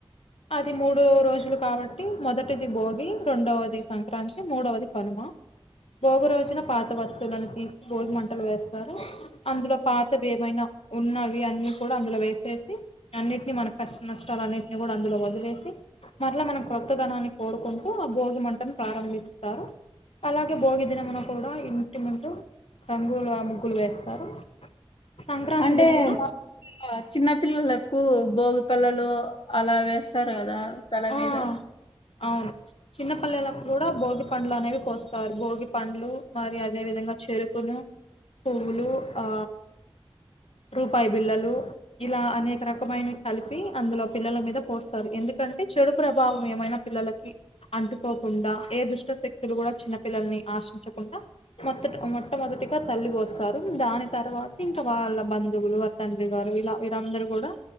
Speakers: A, on the left (about 80°); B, on the left (about 65°).
A: అది మూడు రోజులు కాబట్టి మొదటిది భోగి రెండవది సంక్రాంతి మూడవది కనుమ భోగి రోజ్ వచ్చిన పాత వస్తువులను తీసి భోగిమంటలు వేస్తారు అందులో పాతవి ఏమైనా ఉన్నవి అన్నీ కూడా అందులో వేసేసి అన్నిట్ని మనక్ కష్ట నష్టాలు అన్నిటిని కూడా అందులో వదుల్ వేసి మర్లా మనం కొత్తదనాన్ని కోరుకుంటూ ఆ భోగి మంటం ప్రారంభిస్తారు అలాగే భోగి దినమును కూడా ఇంటి ముందు రంగుల ముగ్గులు వేస్తారు సంక్రాంతి
B: అంటే
A: దినమున
B: మా చిన్న పిల్లలకు బోగి పల్లలు అలా వేస్తారు కదా తల
A: ఆ
B: మీద
A: అవును చిన్నపల్లెలకు కూడా భోగి పండ్లు అనేవి పోస్తారు భోగి పండ్లు మరి అదే విధంగా చెరుకును పువ్వులు ఆ రూపాయి బిల్లలు ఇలా అనేక రకమైనవి కలిపి అందులో పిల్లల మీద పోస్తారు ఎందుకంటే అ చెడు ప్రభావం ఏమైనా పిల్లలకి అంటూకోకుండా ఏ దుష్ట శక్తులు కూడా చిన్న పిల్లల్ని ఆశించకుండా మొత్తట్ మొట్టమొదటిగా తల్లి పోస్తారు దాని తర్వాత ఇంకా వాళ్ళ బంధువులు ఆ తండ్రి గారు ఇలా వీరందరూ కూడా